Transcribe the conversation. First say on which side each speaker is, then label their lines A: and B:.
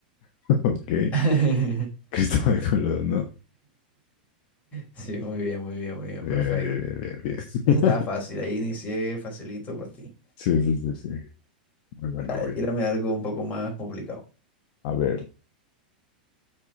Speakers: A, on the left; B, on the left.
A: Ok,
B: <laughs>
A: Cristóbal Colón, ¿no?
B: Sí, muy bien, muy bien, muy bien,
A: Bien,
B: perfecto.
A: bien, bien, bien, bien. <laughs>
B: Eso estaba fácil, ahí inicié facilito para ti.
A: Sí, sí, sí, sí. Muy buena,
B: Dale,
A: voy.
B: tírame algo un poco más complicado.
A: A ver,